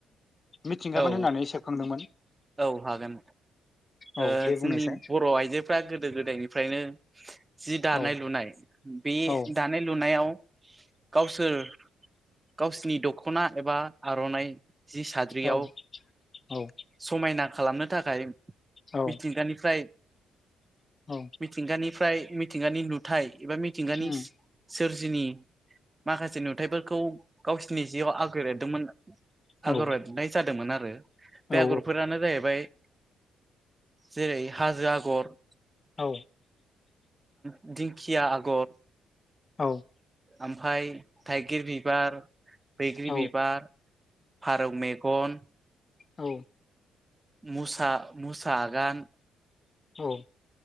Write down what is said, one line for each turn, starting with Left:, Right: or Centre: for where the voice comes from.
Left: मिथिंगामोन
Right: औ
Left: होननानै सेबखांदोंमोन?
Right: औ हागोन
Left: औ
Right: ओ
Left: दे बुंनायसाय
Right: जोंनि बर' आइजोफ्रा गोदो गोदायनिफ्रायनो जि दानाय
Left: औ
Right: लुनाय बे
Left: औ
Right: दानाय लुनायाव गावसोर गावसिोरनि दख'ना एबा आर'नाइ जि रि आाव
Left: औ औ
Right: समायना खालामनो थाखाय मिथिंगानिफ्राय
Left: औ औ
Right: मिथिंगानिफ्राय मिथिंगानि नुथाय एबा मिथिंगानि
Left: उम
Right: सोरजिनि माखासे नुथाइफोरखौ गावसिनि जिआव आगो लिरदोंमोन
Left: औ
Right: आगर एरनाय जादोंमोन आरो बे
Left: औ
Right: आगरफोरानो जाहैबाय जेरै हाजो आगर
Left: औ
Right: दिधिंखिया आगर
Left: औ
Right: ओमफाय थाइगिर बिबार बैग्रि
Left: औ
Right: बिबार फारौ मेगन
Left: औ
Right: मुसा मुसागान
Left: औ